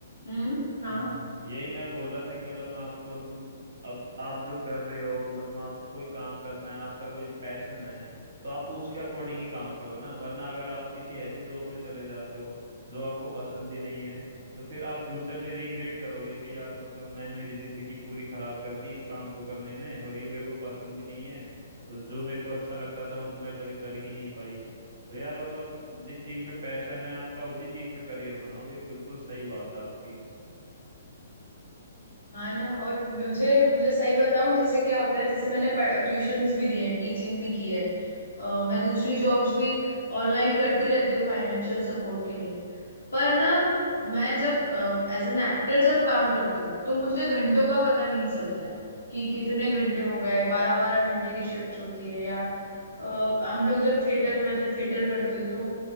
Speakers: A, on the left; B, on the right.
A: हम्म हाँ
B: हम्म, यही मैं बोल रहा था कि मतलब मैं आपको मतलब अब आप जो कर रहे हो मतलब आपको कोई काम करना है आपका कोई पैशन है तो आप उसके अकॉर्डिंग ही काम करो ना वरना अगर आप किसी ऐसी जॉब में चले जाते हो जो आपको पसंद ही नहीं है तो फिर आप फ्यूचर में रिग्रेट करोगे कि यार मतलब मैंने मेरी जिंदगी पूरी खराब कर दी इस काम को करने में और ये मेरे को पसंद भी नहीं है और जो मेरे को अच्छा लगता था वो तो मैं कभी कर ही नहीं पाई तो यार मतलब जिस चीज में पैशन है आपका उसी चीज में करियर बनाओ ये बिल्कुल सही बात है आपकी
A: हाँ ना और मुझे मुझे सही बताऊं जैसे क्या होता है जैसे मैंने ट्यूशंस भी दिए हैं टीचिंग भी की है अ, मैं दूसरी जॉब्स भी ऑनलाइन करती रहती हूँ फाइनेंशियल सपोर्ट के लिए पर ना मैं जब एज एन एक्टर जब काम करती हूँ तो मुझे घंटों का पता नहीं चलता है कि कितने घंटे हो गए बारह बारह घंटे की शिफ्ट होती है या अ, हम लोग जब थिएटर मैं जब थिएटर करती हूँ तो